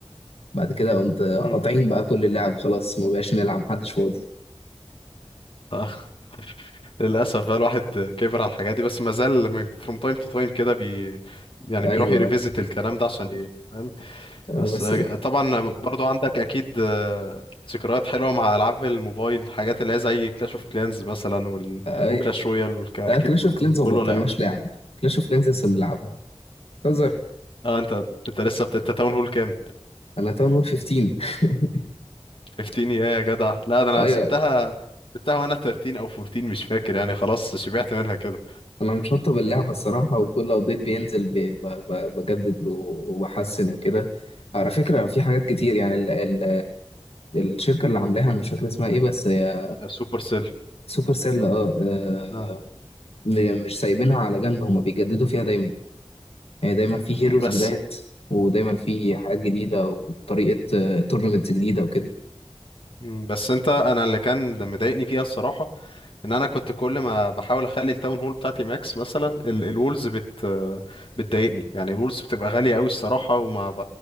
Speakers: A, on the left (about 75°); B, on the left (about 60°).
A: بعد كده قمت قاطعين
B: امم
A: بقى كل اللعب خلاص ما بقاش نلعب محدش فاضي
B: آه، <laughs> للاسف بقى الواحد كبر على الحاجات دي بس ما زال من فروم تايم تو تايم كده بي يعني
A: ايوه
B: بيروح يريفيزيت الكلام ده عشان ايه
A: آه،
B: بس
A: بس
B: آه، طبعا برضو عندك اكيد آه، ذكريات حلوه مع العاب الموبايل حاجات اللي هي زي كلاش اوف كلانز مثلا وال...
A: اي
B: وكلاش رويال والك... اكيد
A: لا كلاش اوف كلينز
B: كله كله
A: ما بطلناش
B: لعب
A: لعب كلاش اوف كلينز لسه بنلعبها بتهزر
B: اه انت انت لسه بت... انت تاون هول كام
A: انا تاون هول 15 <laughs>
B: 15 يا يا جدع لا ده انا
A: ايوه
B: سبتها سبتها وانا 13 او 14 مش فاكر يعني خلاص شبعت منها كده
A: انا مشطب اللعبه الصراحه وكل ابديت بينزل ب- ب- ب- بجدد و- وبحسن وكده على فكره في حاجات كتير يعني ال ال الشركه اللي عاملاها انا مش فاكر اسمها ايه بس هي
B: آه، سوبر سيل
A: سوبر سيل اه آه،
B: اه
A: م- مش سايبينها على جنب هما بيجددوا فيها دايما يعني دايما في
B: مم،
A: هيروز
B: بس
A: بدايات ودايما في حاجات جديده وطريقه تورنمنتس جديده وكده
B: مم، بس انت انا اللي كان مضايقني فيها الصراحه ان انا كنت كل ما بحاول اخلي التاون هول بتاعتي ماكس مثلا ال- الولز بت بتضايقني يعني الولز بتبقى غاليه قوي الصراحه وما ب...